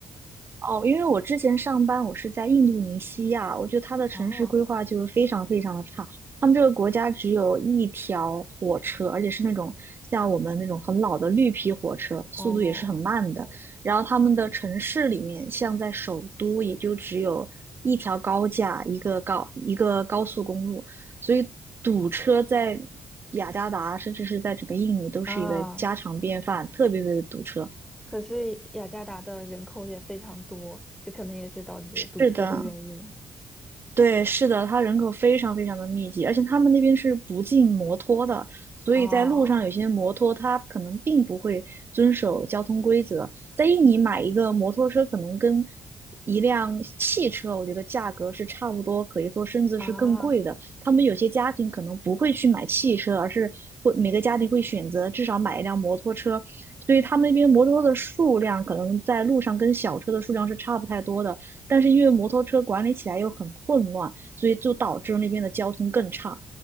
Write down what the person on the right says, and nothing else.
哦，因为我之前上班，我是在印度尼西亚，我觉得它的城市规划就是非常非常的差。
他们这个国家只有一条火车，而且是那种像我们那种很老的绿皮火车，
速度也是很慢的。然后他们的城市里面，像在首都，也就只有一条高架，一个高一个高速公路，所以堵车在雅加达，甚至是在整个印尼都是一个家常便饭，
特别特别的堵车。
是的，对，是的，它人口非常非常的密集，而且他们那边是不禁摩托的，所以在路上有些摩托它可能并不会遵守交通规则。
在印尼买一个摩托车，可能跟一辆汽车，我觉得价格是差不多，可以说甚至是更贵的。
他们有些家庭可能不会去买汽车，而是会每个家庭会选择至少买一辆摩托车，所以他们那边摩托车的数量可能在路上跟小车的数量是差不太多的。但是因为摩托车管理起来又很混乱，所以就导致那边的交通更差。